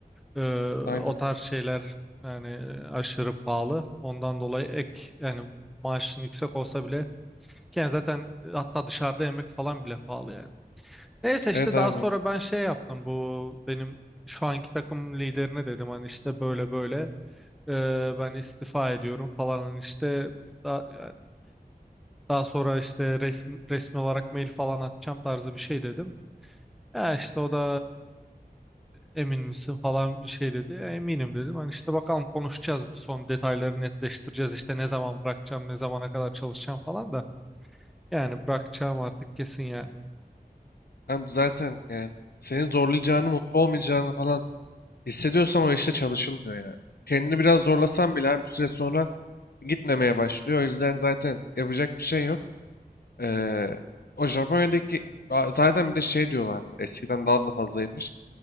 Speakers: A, in the centre; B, on the left (about 75°).
A: eee,
B: Aynen.
A: o tarz şeyler yani aşırı pahalı. Ondan dolayı ek yani maaşın yüksek olsa bile Yani zaten e, hatta dışarıda yemek falan bile pahalı yani. Neyse işte
B: Evet abi.
A: daha sonra ben şey yaptım bu benim şu anki takım liderine dedim hani işte böyle böyle e, ben istifa ediyorum falan Hani işte daha, yani daha sonra işte resmi, resmi olarak mail falan atacağım tarzı bir şey dedim. Ya işte o da e, emin misin falan bir şey dedi. "Ya eminim dedim. Hani işte bakalım konuşacağız bir son detayları netleştireceğiz işte ne zaman bırakacağım ne zamana kadar çalışacağım falan da yani bırakacağım artık kesin yani.
B: Hem zaten yani seni zorlayacağını, mutlu olmayacağını falan hissediyorsan o işte çalışılmıyor yani. Kendini biraz zorlasan bile abi bir süre sonra gitmemeye başlıyor. O yüzden zaten yapacak bir şey yok. Ee, o Japonya'daki Aa, zaten bir de şey diyorlardı. Eskiden daha da fazlaymış.